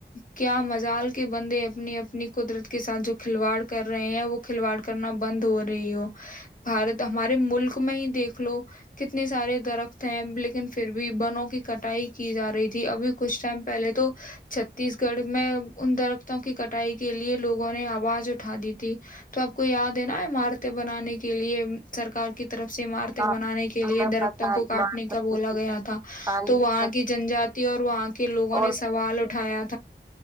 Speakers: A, on the left; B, on the right.
A: کیا مزال کے بندے اپنی اپنی قدرت کے ساتھ جو کھلواڑ کر رہے ہیں وہ کھلواڑ کرنا بند ہو رہی ہو بھارت ہمارے ملک میں ہی دیکھ لو کتنے سارے درخت ہیں لیکن پھر بھی بنوں کی کٹائی کی جا رہی تھی ابھی کچھ ٹائم پہلے تو چھتیس گڑھ میں ان درختوں کی کٹائی کے لیے لوگوں نے آواز اٹھا دی تھی تو آپ کو یاد ہے نا عمارتیں بنانے کے لیے سرکار کی طرف سے عمارتیں
B: ہاں
A: بنانے کے لیے
B: ہمیں
A: درختوں
B: پتہ ہے
A: کو
B: ایمان
A: کاٹنے کا
B: تبدیل
A: بولا گیا
B: ہے،
A: تھا
B: خالی
A: تو وہاں
B: سے
A: کی جنجاتی اور وہاں کے لوگوں
B: اور
A: نے سوال اٹھایا